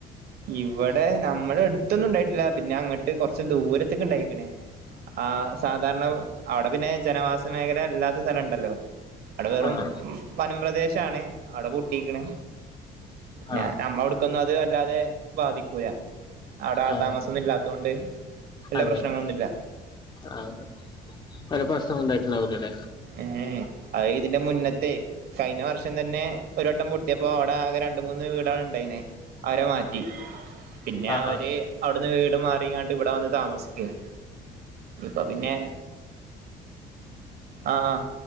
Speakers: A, on the right (about 70°); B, on the left (about 25°).
A: ഇവടെ നമ്മളെഡ്ത്തൊന്നും ഇണ്ടായിട്ട്ല്ല. പിന്നെ അങ്ങട്ട് കൊറച്ച് ദൂരത്ത്ക്ക്ണ്ടായ്ക്ക്ണ്. ആഹ് സാധാരണ അവടെപിന്നെ ജനവാസമേഖലല്ലാത്ത സ്ഥലണ്ടല്ലോ. അവടെവെറും
B: ആഹ്
A: വനംപ്രെദേശാണ്, അവടെ പൊട്ടീക്ക്ണ്. ഞാ
B: ആഹ്
A: നമ്മളവടക്കൊന്നും അത് വല്ലാതെ ബാധിക്കൂല. അവടാൾത്താമസൊന്നും
B: ആഹ്
A: ഇല്ലാത്തോണ്ട് വല്യ
B: അതെ.
A: പ്രശ്നങ്ങളൊന്നുല്ല
B: ആഹ് വല്ല പ്രേശ്നൊന്നുണ്ടായിട്ട്ണ്ടാവൂലലേ?
A: ഏയെ അഹ് ഇതിന്റെ മുന്നത്തെയ് കഴിഞ്ഞ വർഷം തന്നെ ഒര് വട്ടം പൊട്ട്യേപ്പൊ അവടാകെ രണ്ട്മൂന്ന് വീടാണ് ഇണ്ടെയ്നെഹ്. അവരെ മാ- പി പിന്നെ
B: ആഹ്
A: അവര്
B: ആഹ്
A: അവടന്ന് വീട്മാറീങ്ങാണ്ട് ഇവടെവന്ന് താമസിക്കും. ഇപ്പൊ പിന്നെ ആഹ്